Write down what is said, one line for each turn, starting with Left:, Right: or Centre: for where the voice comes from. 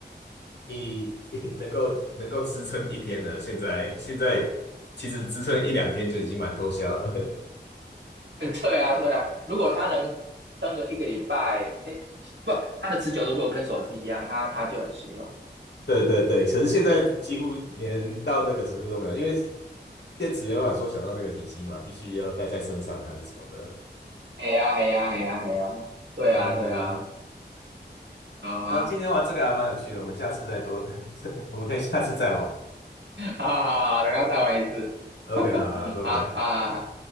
Left: 一 <laughs> 能够能够支撑一天了，现在现在其实支撑一两天就已经蛮脱销了。<laughs>
Right: <laughs> 对啊，对啊，如果它能撑个一个礼拜，哎，不，它的持久度如果跟手机一样，它它就很实用。
Left: 对对对，可是现在几乎连到那个程度都没有，因为电池没办法缩小到那个体积嘛，必须要带在身上还是什么的。
Right: 哎呀，哎呀，哎呀，哎呀，对啊，
Left: 嗯，
Right: 对啊，
Left: 嗯嗯
Right: 好啊，
Left: 啊，今天玩这个还蛮有趣的，
Right: <laughs>
Left: 我们下次再多，<laughs> 我们可以下次再玩。
Right: 好好好，等下再玩一次，
Left: OK，
Right: <laughs>
Left: 好好，拜拜。
Right: 哈哈。好，